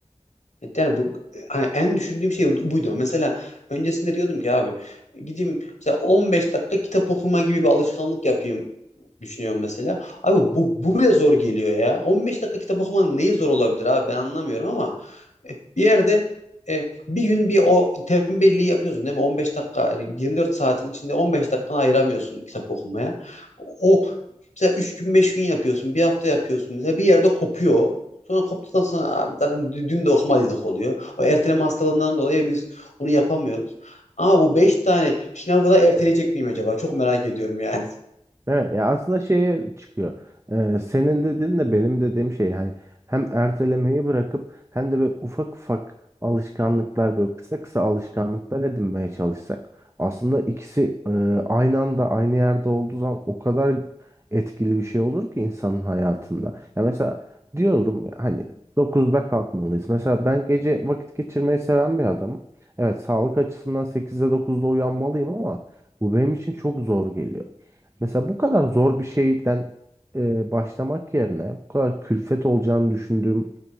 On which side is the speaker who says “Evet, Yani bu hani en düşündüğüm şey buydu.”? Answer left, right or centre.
Left